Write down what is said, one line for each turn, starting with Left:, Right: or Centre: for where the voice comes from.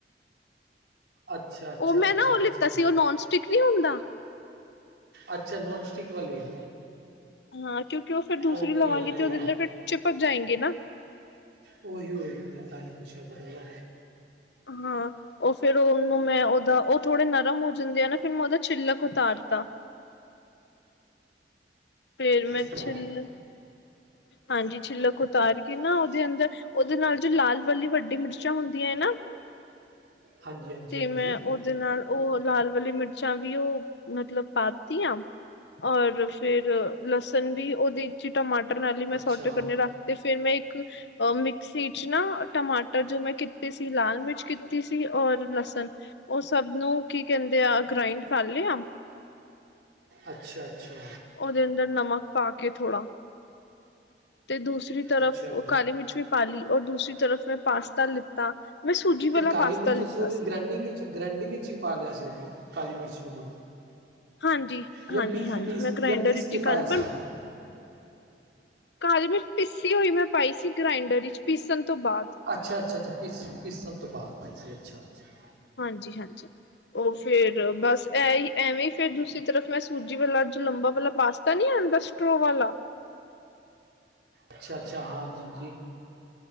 Right: ਅੱਛਾ ਅੱਛਾ
Left: ਉਹ ਮੈਂ
Right: ਅੱਛਾ
Left: ਨਾ ਉਹ
Right: ਅੱਛਾ
Left: ਲਿੱਤਾ ਸੀ, ਉਹ ਨੌਨ ਸਟਿਕ ਨੀਂ ਹੁੰਦਾ।
Right: ਅੱਛਾ, ਨੋਨ ਸਟਿਕ ਵਾਲੀ।
Left: ਹਾਂ, ਕਿਉਂਕਿ ਉਹ ਫਿਰ ਦੂਸਰੀ
Right: ਓਕੇ
Left: ਲਵਾਂਗੇ
Right: ਓਕੇ
Left: ਤੇ ਉਹਦੇ ਅੰਦਰ ਫਿਰ ਚਿਪਕ ਜਾਏਂਗੀ ਨਾਂ।
Right: ਉਹੀ ਓਹੀ ਹੁੰਦਾ, ਤਾਂ ਹੀ ਪੁੱਛਿਆ ਤੁਹਾਡੇ ਕੌ?
Left: ਹਾਂ। ਉਹ ਫੇਰ ਉਹਨੂੰ ਮੈਂ ਉਹਦਾ ਉਹ ਥੋੜੇ ਨਰਮ ਹੋ ਜਾਂਦੇ ਆ ਨਾਂ ਫਿਰ ਮੈਂ ਉਹਦਾ ਛਿੱਲਕ ਉਤਾਰਤਾ। ਫੇਰ ਮੈਂ
Right: ਅੱਛਾ ਟਮਾ
Left: ਛਿੱਲ ਹਾਂਜੀ, ਛਿੱਲਕ ਉਤਾਰ ਕੇ ਨਾ ਉਹਦੇ ਅੰਦਰ ਉਹਦੇ ਨਾਲ ਜੋ ਲਾਲ ਵਾਲੀ ਵੱਡੀ ਮਿਰਚਾਂ ਹੁੰਦੀਐਂ ਨਾਂ।
Right: ਹਾਂਜੀ ਹਾਂਜੀ
Left: ਤੇ
Right: ਹਾਂਜੀ
Left: ਮੈਂ ਉੱਦੇ ਨਾਲ ੳ ਲਾਲ ਵਾਲੀ ਮਿਰਚਾਂ ਵੀ ੳ, ਮਤਲਬ ਪਾ ਤੀਆ ਔਰ ਫਿਰ, ਲਸਣ ਵੀ ੳਦੇ ਇਚ ਈ ਟਮਾਟਰ ਨਾਲੀ ਮੈਂ
Right: ਅੱਛਾ
Left: ਸੋਟੇ ਕਰਨੇ ਰੱਖ ਤੇ ਫੇਰ ਮੈਂ ਇੱਕ ਔਰ ਮਿਕਸੀ ਚ ਨਾ, ਟਮਾਟਰ ਜੋ ਮੈਂ ਕੀਤੇ ਸੀ ਲਾਲ ਮਿਰਚ ਕੀਤੀ ਸੀ ਔਰ ਲਸਨ, ਓ ਸਬ ਨੂੰ ਕੀ ਕੈਂਦੇ ਆ ਗ੍ਰਾਇੰਡ ਕਰ ਲੇਆ
Right: ਅੱਛਾ-ਅੱਛਾ।
Left: ਓਦੇ ਅੰਡਰ ਨਮਕ ਪਾ ਕੇ ਥੋੜ੍ਹਾ ਤੇ ਦੂਸਰੀ ਤਰਫ
Right: ਅੱਛਾ
Left: ਓ ਕਾਲੀ ਮਿਚ ਵੀ ਪਾ ਲੀ ਔਰ ਦੂਸਰੀ ਤਰਫ ਮੈਂ ਪਾਸਤਾ ਲਿੱਤਾ ਮੈਂ ਸੂਜੀ
Right: ਤੇ
Left: ਵਾਲਾ
Right: ਕਾਲੀ
Left: ਪਾਸਤਾ
Right: ਮਿਰਚ
Left: ਲਿੱਤਾ
Right: ਤੁਸੀਂ ਉਦੀ
Left: ਸੀ
Right: ਗ੍ਰੈਂਡਿੰਗ ਵਿੱਚ ਗ੍ਰੈਂਡਿੰਗ ਵਿੱਚ ਈ ਪਾ ਲੇਆ ਸੀ? ਕਾਲੀ ਮਿਰਚ ਨੂੰ ਵੀ
Left: ਹਾਂਜੀ
Right: ਯੇ
Left: ਹਾਂਜੀ
Right: ਪੀਸ-ਪੀਸ
Left: ਹਾਂਜੀ ਮੈਂ ਗ੍ਰਾਇੰਡਰ
Right: ਯਾ ਪੀਸ
Left: ਵਿੱਚ
Right: ਕੇ
Left: ਹੀ ਕਰ
Right: ਪਾਏਆ ਸੀ?
Left: ਕਾਲੀ ਮਿਚ ਪੀਸੀ ਹੋਈ ਮੈਂ ਪਾਈ ਸੀ ਗ੍ਰਾਂਇਡਰ ਇੱਚ ਪੀਸਨ ਤੋਂ ਬਾਦ।
Right: ਅੱਛਾ-ਅੱਛਾ-ਅੱਛਾ ਪੀਸ, ਪੀਸਨ ਤੋਂ ਬਾਦ, ਅੱਛਾ- ਅੱਛਾ-ਅੱਛਾ।
Left: ਹਾਂਜੀ-ਹਾਂਜੀ, ਓ ਫੇਰ ਬਾਸ ਐ ਹੀ, ਐਵੇਂ ਈ ਫੇਰ ਦੂਸਰੀ ਤਰਫ ਮੈਂ ਸੂਜੀ ਵਾਲਾ ਜੋ ਲੰਬਾ ਵਾਲਾ ਪਾਸਤਾ ਨੀ ਆਂਦਾ ਸਟਰੋ ਵਾਲਾ,
Right: ਅੱਛਾ, ਅੱਛਾ। ਹਾਂਜੀ, ਜੀ।